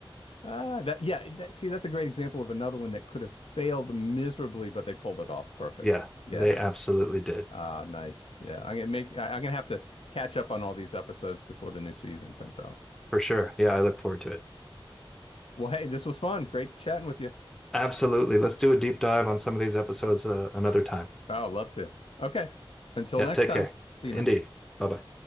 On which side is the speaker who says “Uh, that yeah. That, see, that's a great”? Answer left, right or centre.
Left